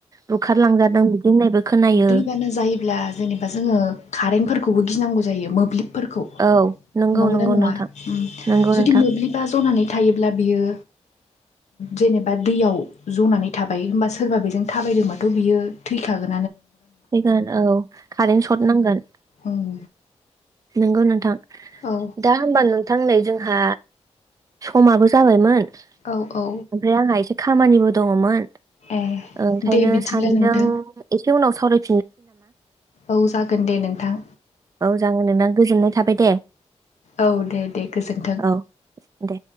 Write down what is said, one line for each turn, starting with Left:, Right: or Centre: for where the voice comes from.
Right: बुखारलांजादों बिदि होननायबो। खोनायो
Left: दैबानो जायोब्ला जेनेबा जोंङो कारेन्टफोरखौबो गिनांगौ जायो मोब्लिब फोरखौ
Right: औ नंगौ
Left: नंगौना
Right: नंगौ
Left: नंङा
Right: नोंथां नंगौ
Left: जुदि
Right: नोंथां
Left: मोब्लिबा जनानै थायोब्ला बियो जेनेबा दैयाव ज'नानै थाबाय होमबा सोरबा बेजों थाबायदोंबाथ' बियो थैखागोन।
Right: फैगोन औ कारेन्ट सर्ट नांगोन
Left: उम
Right: नंगौ नोंथां।
Left: औ
Right: दा होमबा नोंथां नै जोंहा समाबो जाबायमोन।
Left: औ औ
Right: ओमफ्राय आंहा एसे खामानिबो दंङमोन
Left: ए
Right: ओंखायनो
Left: दे बिदिब्ला
Right: सानैजों
Left: नोंथां
Right: एसे उनाव सावराय
Left: औ जागोन दे नोंथां
Right: औ जागोन नोंथां गोजोननाय थाबाय दे
Left: औ दे दे गोजोन्थों
Right: औ दे